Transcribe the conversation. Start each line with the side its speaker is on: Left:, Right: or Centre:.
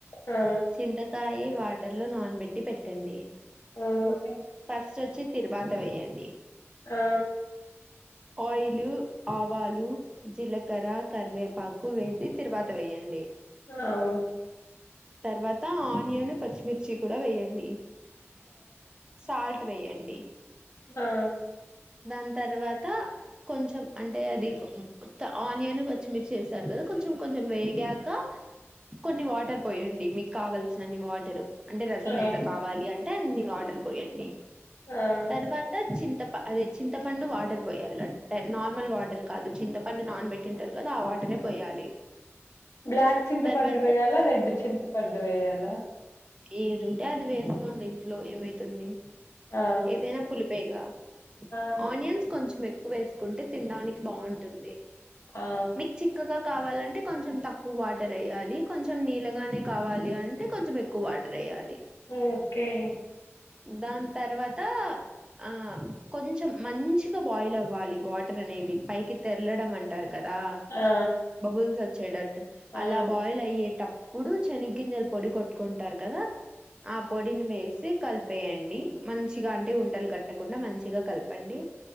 Left: ఆ
Right: చింతకాయ వాటర్ లో నానబెట్టి పెట్టండి
Left: ఆ ఆ
Right: ఫస్ట్ ఓచ్చి తిరుమాత వేయండి
Left: ఆ
Right: ఆయిల్ ఆవాలు జీలకర్ర కరివేపాకు వేసి తీరువాత వేయండి
Left: అవు
Right: తర్వాత ఆనియన్ పచ్చిమిర్చి కూడా వేయండి సాల్ట్ వేయండి
Left: ఆ
Right: దాని తర్వాత కొంచెం అంటే అది ఆనియన్ పచ్చిమిర్చి చేసారు కదా కొంచెం కొం చెం వేగాక కొన్ని వాటర్ పోయండి మీకు కావల్సినన్ని వాటరు అంటే రసం
Left: ఆ
Right: ఎంత కావాలి అంటే అన్ని వాటర్ పోయండి
Left: ఆ ఆ
Right: తర్వాత చింత ప అదే చింతపండు వాటర్ పోయాలి నార్మల్ వాటర్ కాదు చింతపండు నాన్ పెట్టింటారు కదా ఆ వాటర్ రే పోయాలి
Left: బ్లాక్ చింతపండు
Right: తర్వాత
Left: వేయాలా రెడ్ చింత పండు వేయాలా
Right: ఏది ఉంటే అది వేసుకోండి ఇంట్లో ఏమైతుంది
Left: ఆ
Right: ఏదైనా పులుపేగా
Left: ఆ
Right: ఆనియన్స్ కొంచెం ఎక్కువ వేసుకుంటే తినడానికి బాఉంటుంది
Left: ఆ
Right: మీకు చిక్కగా కావాలంటే కొంచెం తక్కువ వాటర్ ఏయ్యాలి కొంచెం నీళ్ళగానే కావాలి అంటే కొంచెం ఎక్కువ వాటర్ వేయ్యాలి
Left: ఓకే
Right: దాని తర్వాత ఆ కొంచెం మంచిగా బాయిల్ అవ్వాలి వాటర్ అనేది పైకి తెర్లడం అంటారు కదా
Left: ఆ
Right: బబుల్స్ వచ్చేటట్టు
Left: ఆ
Right: అలా బాయిల్ అయ్యేటప్పుడు శనీగ గంజల్ పొడి కొట్టుంటారు కదా ఆ పొడిని వేసి కలిపేయండి మంచిగా అంటే ఉండలు కట్టకుండా మంచిగా కలిప్ చెప్పండి